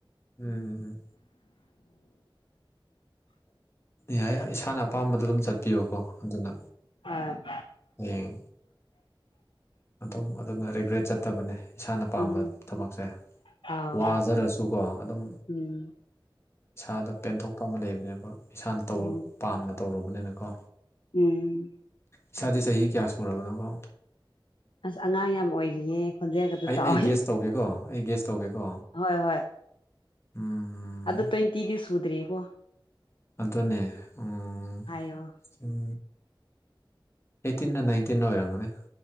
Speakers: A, on the left; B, on the left.
A: ꯎꯝ ꯎꯝꯝ ꯌꯥꯏꯌꯦ ꯏꯁꯥꯅ ꯑꯄꯥꯝꯕꯗ ꯑꯗꯨꯝ ꯆꯠꯄꯤꯌꯨꯀꯣ ꯑꯗꯨꯅ
B: ꯎꯝ
A: ꯍꯌꯦꯡ ꯑꯗꯨꯝ ꯑꯗꯨꯅ ꯔꯤꯒ꯭ꯔꯦꯠ ꯆꯠꯇꯕꯅꯦ ꯏꯁꯥꯅ ꯄꯥꯝꯕ
B: ꯎꯝ
A: ꯊꯕꯛꯁꯦ
B: ꯑꯥ
A: ꯋꯥꯖꯔꯁꯨꯀꯣ ꯑꯗꯨꯝ
B: ꯎꯝ
A: ꯏꯁꯥꯗ ꯄꯦꯟꯊꯣꯛꯄ ꯑꯃ ꯂꯩꯕꯅꯦꯕ ꯏꯁꯥꯅ ꯇꯧ
B: ꯎꯝ
A: ꯄꯥꯝꯅ ꯇꯧꯔꯨꯕꯅꯤꯅꯀꯣ
B: ꯎꯝ
A: ꯏꯁꯥꯖꯦ ꯆꯥꯍꯤ ꯀꯌꯥ ꯁꯨꯔꯥꯕꯅꯣꯀꯣ
B: ꯑꯁ ꯑꯉꯥꯡ ꯌꯥꯝ ꯑꯣꯏꯔꯤꯌꯦ ꯈꯣꯟꯖꯦꯜꯒꯗꯣ
A: ꯑꯩ
B: ꯆꯥꯎꯋꯦ
A: ꯑꯩ ꯒ꯭ꯌꯦꯁ ꯇꯧꯒꯦꯀꯣ ꯑꯩ ꯒ꯭ꯌꯦꯁ ꯇꯧꯒꯦꯀꯣ꯫
B: ꯍꯣꯏ-ꯍꯣꯏ꯫
A: ꯎꯝ
B: ꯑꯗꯣ ꯇ꯭ꯋꯦꯟꯇꯤꯗꯤ ꯁꯨꯗ꯭ꯔꯤꯌꯦꯀꯣ꯫
A: ꯑꯗꯨꯅꯦ ꯎꯝ
B: ꯍꯥꯏꯌꯣ
A: ꯎꯝ ꯑꯩꯇꯤꯟꯂꯥ ꯅꯥꯏꯟꯇꯤꯟꯂꯥ ꯑꯣꯏꯔꯝꯒꯅꯤ꯫